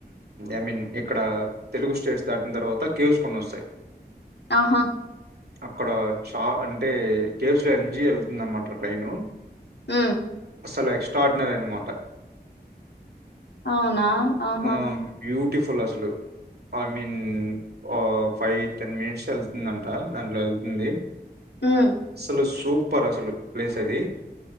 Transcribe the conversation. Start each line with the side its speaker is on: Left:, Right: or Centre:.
Right: ఐ మీన్ ఇక్కడ తెలుగు స్టేట్స్ దాటిన తర్వాత కేవ్స్ కొన్ని వస్తయి
Left: ఆహా
Right: అక్కడ చా అంటే కేవస్ ఎన్జి వెళ్తుంద అన్నమాట ట్రైను
Left: ఉ
Right: చాల ఎక్సటార్డినరి అనమాట
Left: అవునా ఆహా
Right: ఆ బ్యూటిఫుల్ అసలు ఐ మీన్ఓ ఫైవ్ టెన్ మినిట్స్ వెళ్తుందంట దాంట్లో వెళ్తుంది
Left: హ్మ్.
Right: ససలు సూపర్ అసలు ప్లేస్ అది